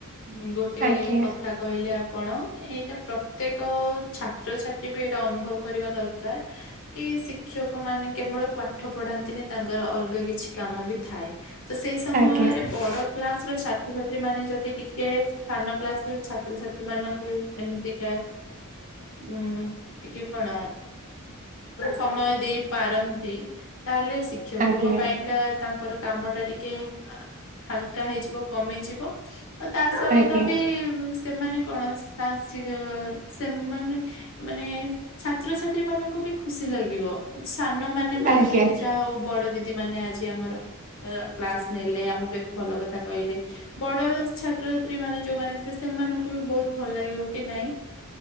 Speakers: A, on the left; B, on the right.
A: ଁ ଗୋଟେ
B: ଆଜ୍ଞା
A: କଥା କହିଲେ ଆପଣ ଏଇଟା ପ୍ରତ୍ୟେକ ଛାତ୍ରଛାତ୍ରୀ ବି ଏଇଟା ଅନୁଭବ କରିବା ଦରକାର କି ଶିକ୍ଷକ ମାନେ କେବଳ ପାଠ ପଢାନ୍ତିନି ତାଙ୍କର ଅଲଗା କିଛି କାମ ବି ଥାଏ ତ ସେଇ ସମୟରେ
B: ଆଜ୍ଞା
A: ବଡ କ୍ଲାସ ଛାତ୍ରଛାତ୍ରୀ ମାନେ ଯଦି ଟିକେ ସାନ କ୍ଲାସ ରେ ଛାତ୍ରଛାତ୍ରୀ ୍ରୀ ମାନଙ୍କୁ ଏମିତିକା ଉ ଟିକେ କଣ ସମୟ ଦେଇ ପାରନ୍ତି ତାହେଲେ ଶିକ୍ଷକଙ୍କ
B: ଆଜ୍ଞା
A: ପାଇଁକା ତାଙ୍କର କାମ ଟା ଟିକେ ହାଲକା ହେଇଯିବ କମିଯିବ ଆ ତା ସହିତ
B: ଆଜ୍ଞା
A: ବି ସେମାନେ କଣ ସାସ ସେମାନେ ମାନେ ଛାତ୍ରଛାତ୍ରୀ ମାନଙ୍କୁ ବି ଖୁସି ଲାଗେ ସାନ ମାନେ ଭାବିବେ
B: ଆଜ୍ଞା
A: କି ଯାହା ହଉ ବଡ ଦିଦି ମାନେ ଆଜି ଆମର କ୍ଲାସ ନେଲେ ଆମକୁ ଏତେ ଭଲ କଥା କହିଲେ ବଡ ଛ ଛାତ୍ରଛାତ୍ରୀ ମାନେ ଯୋଉମାନେ ଥିବେ ସେମାନଙ୍କୁ ବି ବହୁତ ଭଲ ଲାଗିବ କି ନାଇଁ